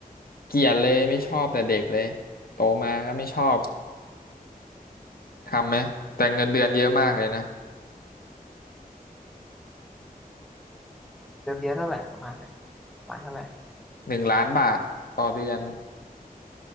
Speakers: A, on the left (about 75°); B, in the centre.
A: เกลียดเลยไม่ชอบแต่เด็กเลยโตมาก็ไม่ชอบทำไหมแต่เงินเดือนเยอะมากเลยนะ
B: เติมเดียวเท่าไหร่ประมาณไหนประมาณเท่าไหร่
A: หนึ่งล้านบาทต่อเดือน